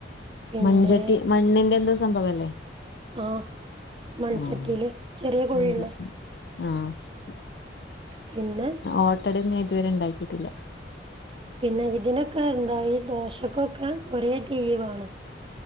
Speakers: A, on the right; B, on the left.
A: പിന്നെ
B: മഞ്ചട്ടി മണ്ണിന്റെ എന്തോ സംഭവല്ലേ
A: ആഹ് മൺചട്ടിയില്
B: ആഹ്
A: ചെറിയ കുഴിയള്ള
B: മൺചട്ടി ആഹ് <unintelligible>
A: പിന്നെ
B: ഓട്ടടെന്നും ഞാൻ ഇതുവരെ ഉണ്ടാക്കിയിട്ടില്ല
A: പിന്നെ ഇതിനൊക്കെ എന്താ ദോശക്കൊക്കെ ഒരേ തീ വേണം